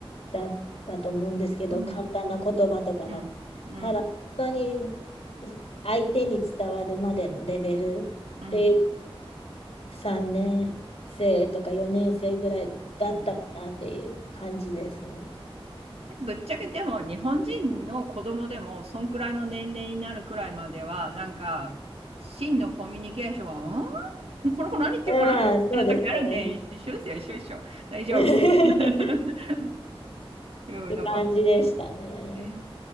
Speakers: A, on the left (about 80°); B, on the right (about 80°).
A: たんだと思うんですけど、
B: うん。
A: 簡単な言葉とかだ。
B: うん。うん。
A: ただ本当に相手に伝わるまでのレベルって
B: うん。
A: 3年生とか4年生ぐらいだったかなっていう感じですね。
B: うんぶっちゃけでも日本人の子供でもそんくらいの年齢になるくらいまではなんか真のコミュニケーションは、んこの子何言ってるかなみたいな時あ
A: まあ、そうですよね。
B: <laughs> るんで、い一緒ですよ、一緒一緒。大丈夫。
A: <laughs>
B: <laughs> うん、
A: って感じでしたね。
B: なんか、へえ。